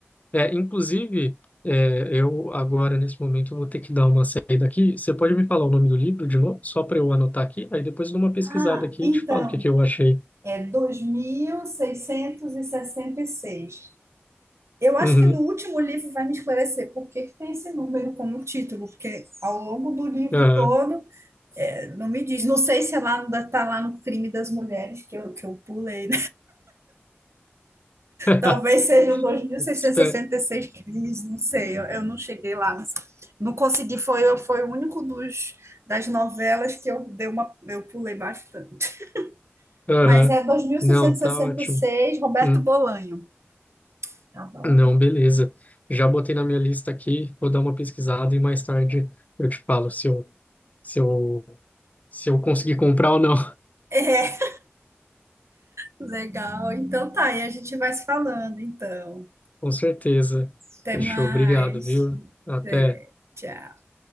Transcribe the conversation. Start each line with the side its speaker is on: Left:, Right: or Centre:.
Left: É, inclusive, é, eu agora, nesse momento, vou ter que dar uma saída aqui. Você pode me falar o nome do livro de novo, só para eu anotar aqui? Aí depois eu dou uma pesquisada
Right: Ah,
Left: aqui
Right: então,
Left: e te falo o que que eu achei.
Right: é dois mil seiscentos e e sessenta e seis. Eu acho
Left: Uhum,
Right: que no último livro vai me esclarecer por que que tem esse número como título, porque ao longo do livro
Left: aham.
Right: todo, eh, não me diz. Não sei se é lá, está lá no Crime das Mulheres, que eu, que eu pulei
Left: <laughs>
Right: Talvez sejam 2.666
Left: Espera.
Right: crimes, não sei, eu, eu não cheguei lá. Não consegui, foi, foi o único dos, das novelas que eu dei uma, eu pulei bastante.
Left: Aham.
Right: Mas é 2.666,
Left: Não, tá ótimo.
Right: Roberto
Left: Hum,
Right: Bolanho. Tá bom.
Left: Não, beleza. Já botei na minha lista aqui, vou dar uma pesquisada e mais tarde eu te falo se eu, se eu, se eu conseguir comprar ou não.
Right: É, legal. Então tá, e a gente vai se falando, então.
Left: <laughs> Com certeza.
Right: Até
Left: Fechou,
Right: mais.
Left: obrigado, viu? Até.
Right: Até, tchau.